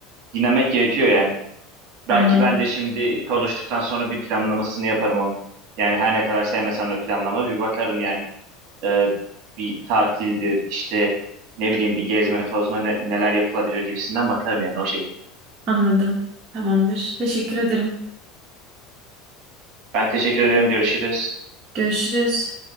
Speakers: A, on the right; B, on the right.
A: Dinlenmek gerekiyor yani. Belki
B: Anladım.
A: ben de şimdi konuştuktan sonra bir planlamasını yaparım onu. Yani her ne kadar sevmesem de planlama bir bakarım yani. E, bir tatildir işte ne bileyim bir gezme tozma ne- neler yapılabilir gibisinden bakarım yani o şekilde.
B: Anladım. Tamamdır. Teşekkür ederim.
A: Ben teşekkür ederim. Görüşürüz.
B: Görüşürüz.